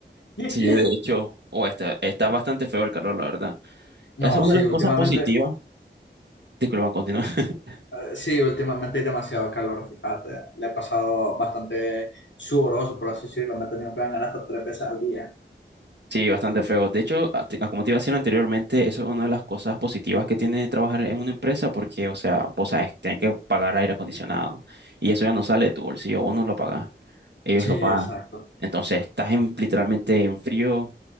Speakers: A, on the left; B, on the right.
A: <laughs>
B: Sí, de hecho, o está, está bastante feo el calor, la verdad.
A: No,
B: Es una
A: sí,
B: de las
A: últimamente,
B: cosas positivas. Disculpa, continúa. <laughs>
A: eh, sí, últimamente hay demasiado calor, fíjate. Le he pasado bastante sudoroso, por así decirlo, me he tenido que bañar hasta tres veces al día.
B: Sí, bastante feo. De hecho, a- te- como te iba a decir anteriormente, eso es una de las cosas positivas que tiene trabajar en una empresa, porque, o sea, vos sabes, tienen que pagar aire acondicionado. Y eso ya no sale de tu bolsillo, vos no lo pagás. Ellos
A: Sí,
B: lo pagan.
A: exacto.
B: Entonces, estás en, literalmente en frío